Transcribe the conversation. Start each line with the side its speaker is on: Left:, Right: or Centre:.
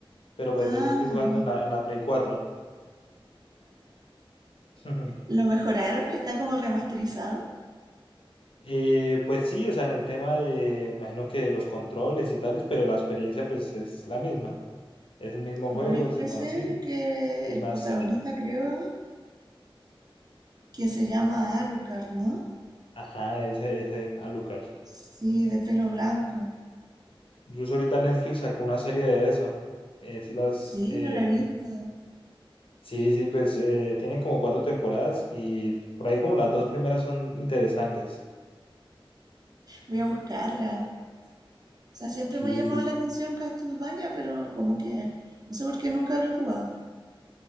Left: pero pues
Right: Ah,
Left: yo lo estoy jugando
Right: ya.
Left: en la, en la Play 4. <laughs>
Right: Lo mejoraron, está como remasterizado.
Left: Eh, pues sí, o sea, en el tema de, me imagino que los controles y tales, pero la experiencia pues es la misma. es el mismo
Right: Lo
Left: juego,
Right: único
Left: sino
Right: que sé
Left: sí,
Right: es que
Left: remaster.
Right: el protagonista creo que se llama Alucard, ¿no?
Left: Ajá, ese, ese Alucard.
Right: Sí, de pelo blanco.
Left: Incluso ahorita Netflix sacó una serie de eso. Eh, sí, las,
Right: Sí,
Left: eh,
Right: no la he visto.
Left: sí, sí, pues eh, tiene como cuatro temporadas y por ahí como las dos primeras son interesantes.
Right: Voy a buscarla. O sea, siempre
Left: Sí,
Right: me ha llamado
Left: sí.
Right: la atención Castlevania, pero como que no sé por qué nunca lo he jugado.